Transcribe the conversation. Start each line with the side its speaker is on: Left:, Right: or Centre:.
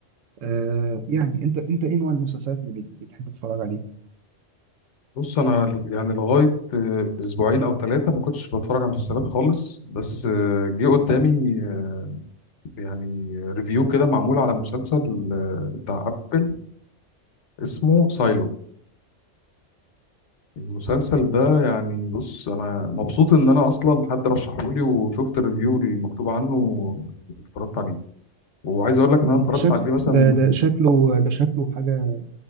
Right: آه يعني انت انت ايه نوع المسلسلات اللي بت- بتحب تتفرج عليه
Left: بص انا ل- يعني لغاية آه، اسبوعين او ثلاثة ما كنتش بتفرج على مسلسلات خالص بس آه، جه قدامي آه، يعني ريفيو كده معمول على مسلسل آه، بتاع ابل اسمه سايلو المسلسل ده يعني بص انا مبسوط ان انا اصلا حد رشحه لي وشفت الريفيو المكتوب عنه واتفرجت عليه وعايز اقول لك ان
Right: ده
Left: انا اتفرجت
Right: شكل
Left: عليه مثلا
Right: ده ده شكله ده شكله حاجه